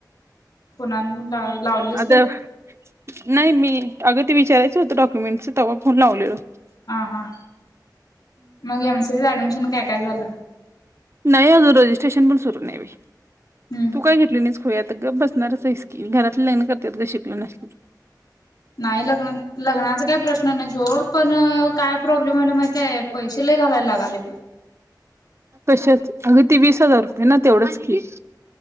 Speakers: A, on the left; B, on the right.
A: कुणाला लावलीस
B: आता
A: व्हय?
B: नाही मी अग ते विचायच होत डक्युमेटं तेव्हाण लावलेलं
A: ह हा मग एमसी ं ऍडमिशन काय काय झालं
B: नाही अजून रजिस्ट्रेशन पण सुरू न
A: हम्म.
B: तू काय घेतली खोयात ग बसणारचस की घरात लग्न करतात ग शिकल नस
A: नाही लग्न लग्नाचा काही प्रश्न नाही सोड पण काय प्रॉब्लेम आला माहि पैसे ल घालायला लागाले मी
B: कशच अग ती वीस हजार रुपये ना तेवढंच की